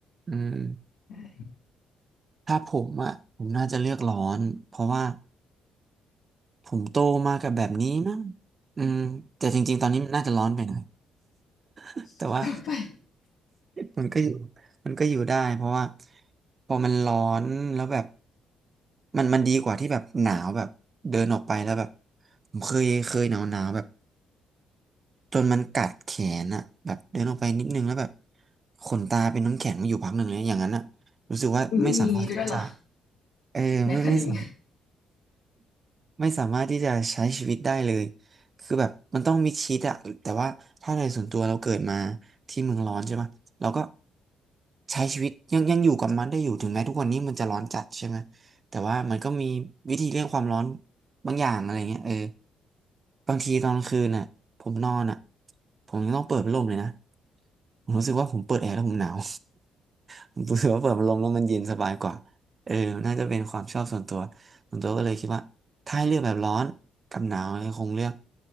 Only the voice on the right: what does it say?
อืม
ถ้าผมอ่ะผมน่าจะเลือกร้อนเพราะว่า ผมโตมากับแบบนี้มั้งอืมแต่จริงๆตอนนี้มันน่าจะร้อนไปหน่อย <laughs>
แต่ว่า
มันก็อยู่มันก็อยู่ได้เพราะว่าพอมันร้อนแล้วแบบมันมันดีกว่าที่แบบหนาวแบบเดินออกไปแล้วแบบผมเคยเคยหนาวหนาวแบบจนมันกัดแขนอะแบบเดินออกไปนิดนึงแล้วแบบขนตาเป็นน้ำแข็งมาอยู่พักหนึ่งเลยอย่างนั้นอะรู้สึกว่าไม่สามารถที่จะ
เออไม่ไม่สามารถ
ไม่สามารถที่จะใช้ชีวิตได้เลยคือแบบมันต้องมิดชิดอะแต่ว่าถ้าในส่วนตัวเราเกิดมาที่เมืองร้อนใช่ไหมเราก็ใช้ชีวิตยังยังอยู่กับมันได้อยู่ถึงแม้ทุกวันนี้มันจะร้อนจัดใช่ไหมแต่ว่ามันก็มีวิธีเลี่ยงความร้อนบางอย่างอะไรเงี้ยเออบางทีตอนกลางคืนน่ะผมนอนอ่ะผมยังต้องเปิดพัดลมเลยนะผมรู้สึกว่าผมเปิดแอร์แล้วผมหนาว <laughs> ผมรู้สึกว่าเปิดพัดลมแล้วมันเย็นสบายกว่าเออน่าจะเป็นความชอบส่วนตัว ส่วนตัวก็เลยคิดว่าถ้าให้เลือกแบบร้อนกับหนาวเนี่ยคงเลือก